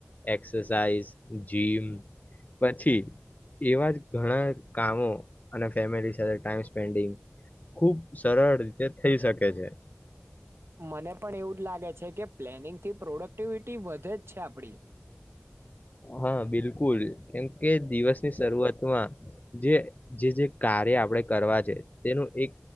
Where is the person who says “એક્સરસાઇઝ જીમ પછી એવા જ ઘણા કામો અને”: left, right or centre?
Left